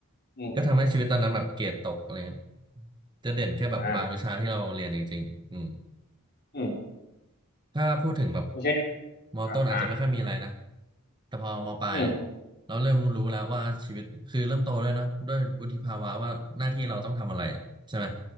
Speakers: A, on the left (about 45°); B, on the right (about 20°).
A: อืม
B: ก็ทำให้ชีวิตตอนนั้นแบบเกรดตกอะไรเงี้ยจะเด่นแค่แบบบางวิชาที่เราเรียนจริงๆอืม
A: อ่าอืมอ่าอืม
B: ถ้าพูดถึงแบบ
A: โอเค
B: มอต้นอาจจะไม่ค่อยมีอะไรนะ
A: อ่าอ่า
B: แต่พอมอปลายเนี่ย
A: อืม
B: เราเริ่มรู้แล้วว่าชีวิตคือเริ่มโตด้วยเนอะด้วยวุฒิภาวะว่าหน้าที่เราต้องทำอะไรอ่ะใช่ไหม